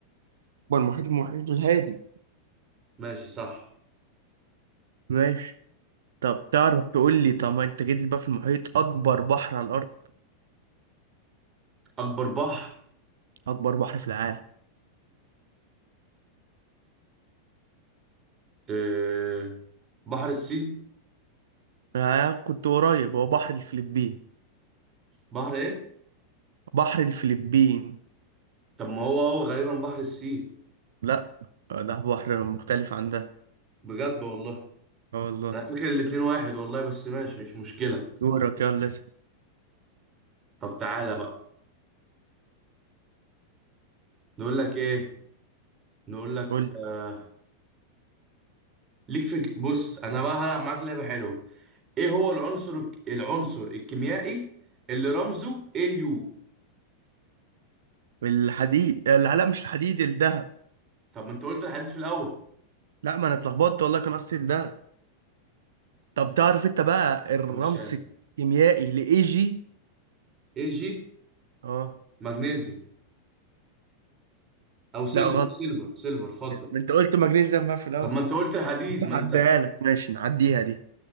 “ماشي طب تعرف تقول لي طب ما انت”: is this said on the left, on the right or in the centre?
Right